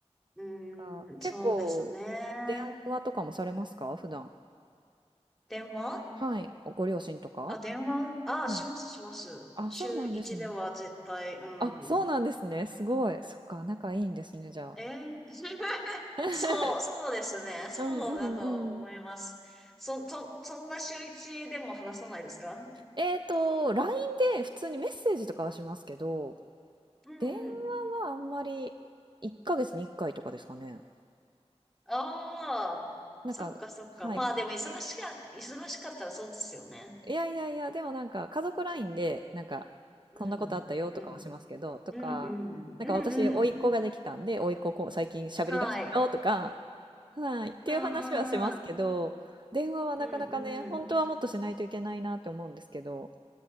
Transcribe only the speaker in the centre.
うんそうですね。
電話
あ、電話あ、
しますします。
週一では絶対、
うん。
えー <laughs>
そう、そうですね。そうだと思います。
そ、そ、そんな週一でも話さないですかう
んうん。
ああ、
そっかそっか。
まあでも忙しか、忙しかったらそうですよね。
うん、
うん、
うん、うん、
うん、うん。
はい。
うん、うん、うん、
うん、
うん。